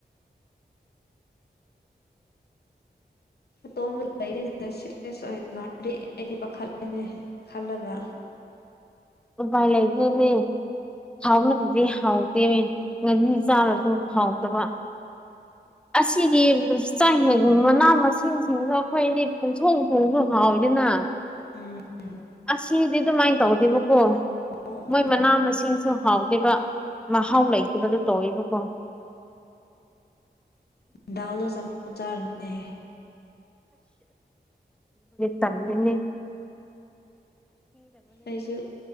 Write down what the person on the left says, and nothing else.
ꯑꯇꯣꯝꯗ ꯂꯩꯔꯤ ꯁꯤꯔꯤꯁ ꯑꯩꯗꯤ ꯄꯥꯈꯠꯂꯦꯅꯦ ꯈꯜꯂꯒ
ꯎꯝ
ꯑꯣ ꯑꯣ
ꯗꯜꯗꯣ ꯆꯄ꯭ꯔ ꯆꯔꯅꯦ
ꯑꯩꯁꯨ